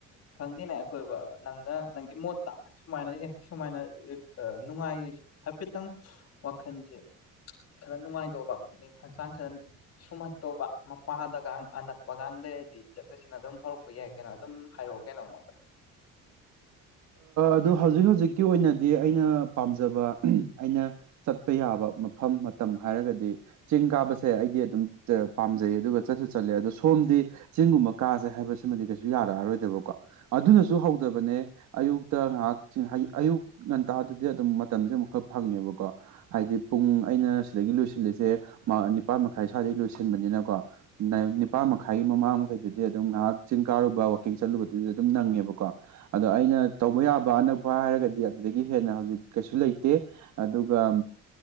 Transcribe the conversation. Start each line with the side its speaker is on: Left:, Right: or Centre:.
Left: ꯈꯪꯗꯦꯅꯦ ꯑꯩꯈꯣꯏꯕ ꯅꯪꯅ ꯅꯪꯒꯤ ꯃꯣꯠꯇ ꯁꯨꯃꯥꯏꯅ ꯁꯨꯃꯥꯏꯅ ꯅꯨꯡꯉꯥꯏꯁꯤꯁꯨ ꯍꯥꯏꯐꯦꯠꯇꯪ ꯋꯥꯈꯜꯁꯦ ꯈꯔ ꯅꯨꯡꯉꯥꯏꯇꯧꯕ ꯄꯨꯛꯅꯤꯡ ꯍꯛꯆꯥꯡ ꯈꯔ ꯁꯨꯝꯍꯠꯇꯧꯕ ꯃꯄꯥꯗꯒ ꯑꯅꯛ ꯄꯕꯒꯥꯡꯗꯗꯤ ꯆꯠꯄꯁꯤꯅ ꯑꯗꯨꯝ ꯍꯧꯔꯛꯄ ꯌꯥꯏ ꯀꯩꯅꯣ ꯑꯗꯨꯝ ꯍꯥꯏꯔꯛꯑꯣ ꯀꯩꯅꯣ ꯑꯩꯉꯣꯟꯗ
Right: ꯑꯗꯨ ꯍꯧꯖꯤꯛ ꯍꯧꯖꯤꯛꯀꯤ ꯑꯣꯏꯅꯗꯤ ꯑꯩꯅ ꯄꯥꯝꯖꯕ ꯑꯩꯅ ꯆꯠꯄ ꯌꯥꯕ ꯃꯐꯝ ꯃꯇꯝ ꯍꯥꯏꯔꯒꯗꯤ ꯆꯤꯡ ꯀꯥꯕꯁꯦ ꯑꯩꯗꯤ ꯑꯗꯨꯝ ꯄꯥꯝꯖꯩ ꯑꯗꯨꯒ ꯆꯠꯁꯨ ꯆꯠꯂꯦ ꯑꯗꯣ ꯁꯣꯝꯗꯤ ꯆꯤꯡꯒꯨꯝꯕ ꯀꯥꯁꯦ ꯍꯥꯏꯕꯁꯤꯃꯗꯤ ꯀꯩꯁꯨ ꯌꯥꯔꯛꯑꯔꯣꯏꯗꯕꯀꯣ ꯑꯗꯨꯅꯁꯨ ꯍꯧꯗꯕꯅꯦ ꯑꯌꯨꯛꯇ ꯉꯥꯏꯍꯥꯛꯗꯤ ꯑꯌꯨꯛ ꯉꯟꯇꯥꯗꯨꯗꯤ ꯑꯗꯨꯝ ꯃꯇꯝꯁꯦ ꯑꯃꯨꯛꯀꯔ ꯐꯪꯉꯦꯕꯀꯣ ꯍꯥꯏꯗꯤ ꯄꯨꯡ ꯑꯩꯅ ꯁꯤꯗꯒꯤ ꯂꯣꯏꯁꯤꯜꯂꯤꯁꯦ ꯅꯤꯄꯥꯜ ꯃꯈꯥꯏ ꯁ꯭ꯋꯥꯏꯗꯒꯤ ꯂꯣꯏꯁꯤꯟꯕꯅꯤꯅꯀꯣ ꯅꯤꯄꯥꯥꯟ ꯃꯈꯥꯏꯒꯤ ꯃꯃꯥꯡ ꯃꯈꯩꯗꯨꯗꯤ ꯑꯗꯨꯝ ꯉꯥꯏꯍꯥꯛ ꯆꯤꯡ ꯀꯥꯔꯨꯕ ꯋꯥꯛꯀꯤꯡ ꯆꯠꯂꯨꯕꯗꯨꯗꯤ ꯑꯗꯨꯝ ꯅꯪꯉꯦꯕꯀꯣ ꯑꯗꯣ ꯑꯩꯅ ꯇꯧꯕ ꯌꯥꯕ ꯑꯅꯛꯄ ꯍꯥꯏꯔꯒꯗꯤ ꯑꯗꯨꯗꯒꯤ ꯍꯦꯟꯅ ꯍꯧꯖꯤꯛ ꯀꯩꯁꯨ ꯂꯩꯇꯦ ꯑꯗꯨꯒ